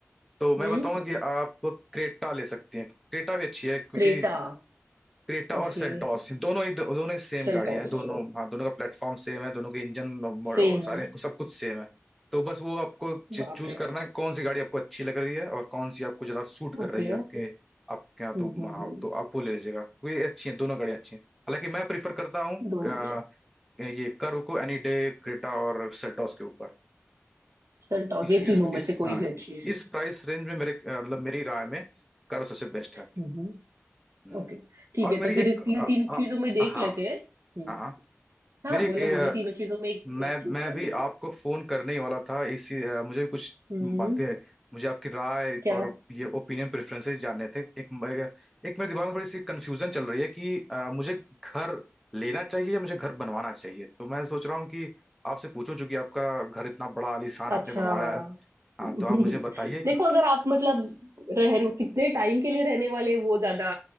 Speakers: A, in the centre; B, on the right.
A: तो मैं
B: हम्म
A: बताऊंगा कि आप क्रेटा ले सकती हैं क्रेटा भी अच्छी है क्योंकि
B: क्रेटा
A: क्रेटा
B: ओके
A: और सेल्टॉस दोनों ही दोनों ही सेम
B: सेल्टॉस
A: गाड़ियां हैं दोनों हाँ दोनों का प्लेटफॉर्म सेम है दोनों के इंजन
B: सेम
A: सारे
B: है
A: कुछ- सब कुछ सेम है तो बस वो आपको
B: बाप
A: चूज
B: रे
A: करना है कि कौन सी गाड़ी आपको अच्छी लग रही है और कौन सी आपको ज्यादा सूट कर
B: ओके
A: रही है आपके आपके यहाँ तो
B: हम्म हम्म
A: हाँ,
B: हम्म
A: तो आप वो ले लीजिएगा वे अच्छी हैं दोनों गाड़ियाँ अच्छी हैं हालांकि मैं प्रीफर करता हूँ
B: दोनों
A: अ,
B: अच्छे।
A: ये कर्व को एनी डे क्रेटा और सेल्टॉस के ऊपर
B: सेल्टॉस
A: इस
B: ये
A: इस
B: तीनों में
A: इस
B: से कोई
A: हाँ
B: भी अच्छी है
A: इस प्राइस रेंज में मेरे अ, मतलब मेरी राय में कर्व सबसे बेस्ट
B: हम्म
A: है
B: हम्म
A: हम्म।
B: ओके ठीक
A: और
B: है
A: मेरी
B: तो फिर
A: एक
B: इस
A: अ,
B: तीन तीन
A: अ,
B: चीजों में देख
A: हाँ
B: लेते हैं हम्म
A: हाँ हाँ।
B: हाँ
A: मेरी
B: बोलो
A: ए,
B: बोलो
A: अ,
B: तीनों चीजों में एक
A: मैं मैं
B: चूज कर
A: भी
B: लेंगे
A: आपको फोन करने ही वाला था इसी अ, मुझे भी कुछ
B: हम्म
A: बातें मुझे आपकी राय
B: क्या
A: और ये ओपिनियन प्रेफरेंसेस जानने थे एक मैं- एक मेरे दिमाग में थोड़ी सी कंफ्यूजन चल रही है कि अ, मुझे घर लेना चाहिए या मुझे घर बनवाना चाहिए तो मैं सोच रहा हूँ कि आपसे पूछूं चूंकि आपका घर इतना बड़ा आलीशान आपने
B: अच्छा
A: बनवाया है
B: <laughs>
A: हाँ तो आप मुझे बताइए
B: देखो
A: कि
B: अगर आप मतलब रह रहे हो, कितने टाइम के लिए रहने वाले वो ज्यादा